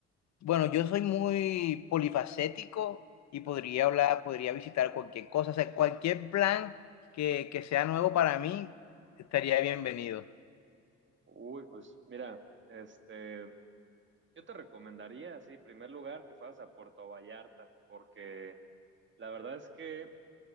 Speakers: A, on the left; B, on the right.
A: bueno, yo soy muy polifacético y podría
B: Anda.
A: hablar, podría visitar cualquier cosa, o sea, cualquier plan que, que sea nuevo para mí estaría bienvenido.
B: Uy, pues mira, este, yo te recomendaría, sí, en primer lugar, que fueras a Puerto Vallarta, porque la verdad es que,